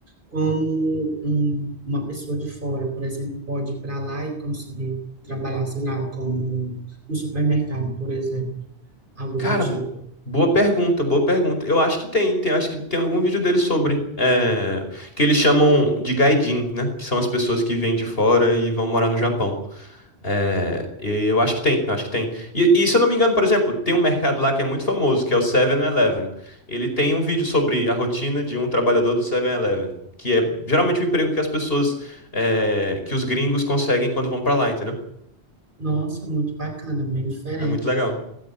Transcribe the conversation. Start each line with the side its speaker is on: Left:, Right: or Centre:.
Right: como um- uma pessoa de fora, por exemplo, pode ir para lá e conseguir trabalhar, sei lá, como no supermercado, por exemplo, algo
Left: Cara,
Right: do tipo.
Left: bo- boa pergunta, boa pergunta. Eu acho que tem, tem, acho que tem algum vídeo dele sobre, é, que eles chamam de gaijin, né? Que são as pessoas que vêm de fora e vão morar no Japão. É, e eu acho que tem, eu acho que tem. E, e se eu não me engano, por exemplo, tem um mercado lá que é muito famoso, que é o Seven eleven Ele tem um vídeo sobre a rotina de um trabalhador do Seven eleven que é geralmente o emprego que as pessoas, é, que os gringos conseguem quando vão pra lá, entendeu?
Right: Nossa, muito bacana, bem diferente.
Left: É muito legal.